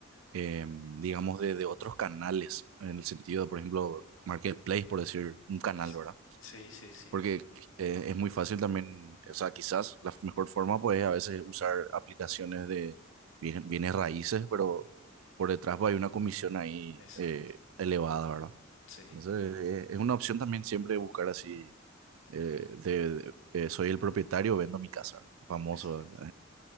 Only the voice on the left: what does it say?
Es...
Sí, sí, sí.
Exacto.
Sí,
exacto.